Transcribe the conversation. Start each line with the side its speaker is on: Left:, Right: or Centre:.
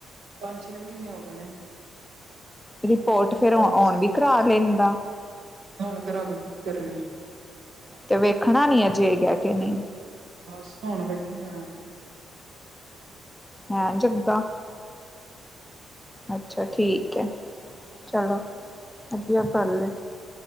Right: ਪੰਜ ਛੇਂ ਮਹੀਨੇ ਹੋ ਗਏਂ ਨੇਂ।
Centre: ਰਿਪੋਰਟ ਫੇਂਰ
Right: ਪਾਇਆ
Centre: ਹੁਣ
Right: ਸੀ
Centre: ਵੀ ਕਰਾਂ ਲੈਂਦਾ।
Right: ਹੁਣ ਘਰਾ ਕੇ ਕੀ ਕਰਨੀ
Centre: ਤੇ ਵੇਖਣਾਂ ਨੀ ਅਜੇਂ ਕਹਿ ਕੇਂ ਨਹੀਂ।
Right: ਬਸ ਹੁੱਣ ਵੇਖੀਂ ਜਾਣਾਂ।
Centre: ਹੈਂ ਜਿਦਾਂ ਅੱਛਾ ਠੀਕ ਹੈ। ਚਲੋ ਵਧੀਆ ਕਰਲੇ।